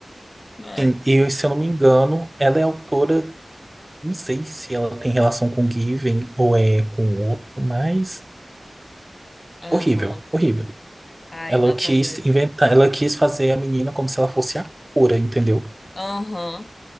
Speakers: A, on the left (about 45°); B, on the right (about 20°).
A: Ai.
B: Sim, e se eu não me engano, ela é autora, não sei se ela tem relação com Given ou é com outro, mas
A: Aham.
B: horrível, horrível.
A: Ai,
B: Ela
A: nota
B: quis
A: zero.
B: inventar, ela quis fazer a menina como se ela fosse a cura, entendeu?
A: Aham.